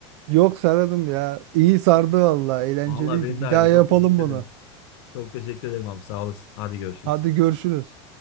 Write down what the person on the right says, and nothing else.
Yok sararım ya. İyi sardı valla. Eğlenceliydi.
Bir
daha yapalım
bunu.
Hadi görüşürüz.